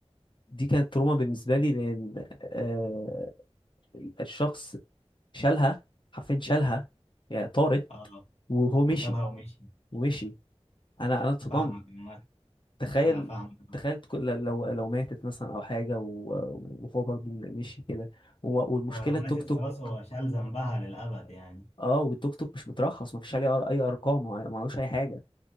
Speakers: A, on the left; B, on the left.
A: دي كانت تروما بالنسبه لي لان آه الشخص شالها حرفيا شالها يعني طارت
B: اه
A: وهو مشي
B: وسابها ومشي
A: ومشي انا انا اتصدمت
B: فاهمك عامة
A: تخيل
B: أنا فاهمك
A: تخيل تكون- لو لو ماتت مثلا او حاجه و- وهو برضو مشي كده و- والمشكله
B: هو لو ماتت
A: التوك توك
B: خلاص هو شال ذنبها للأبد يعني
A: اه والتوك توك مش مترخص مفيش عليه أر- اي ارقام ما معلوش اي حاجه